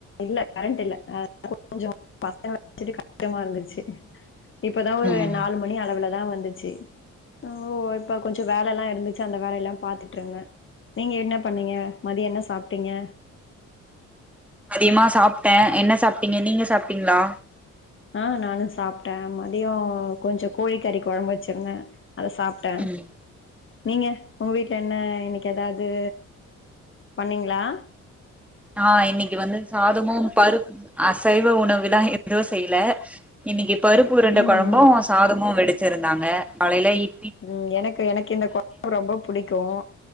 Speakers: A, on the left (about 40°); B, in the centre.
A: இல்ல கரண்ட் இல்ல அது கொஞ்சோ பசங்கள வெச்சிட்டு கஷ்டமா இருந்துச்சி இப்பதா ஒரு
B: ம்
A: நாலு மணி அளவுலதா வந் ச்சு ஓ இப்ப கொஞ்ச வேலலா இருந்துச்சு அந்த வேலைல்லா பாத்துட்ருந்த நீங்க என்ன பண்ணிங்க மதிய என்ன சாப்ட்டிங்க
B: யமா சாப்ட்டே என்ன சாப்ட்டிங்க நீங்க சாப்ட்டிங்ளா
A: ஆ நானு சாப்ட்ட மதிய கொஞ்ச கோழிக்கறி கொழம்பு வெச்சிருந்த அத சாப்ட்ட
B: ம்
A: நீங்க உங்க வீட்ல என்ன இன்னைக் எதாது பண்ணிங்ளா
B: நா இன்னைக்கு வந்து சாதமும் பரு அசைவ உணவுலாம் எதுவும் செய்ல இன்னிக்கு பருப்புரண்ட
A: ம்
B: கொழம்பும்
A: ம்
B: சாதமும் வடி சிருந்தாங்க காலையில இட்
A: உம் எனக்கு எனக்கு இந்த கொழம்பு ரொம்ப புடிக்கும்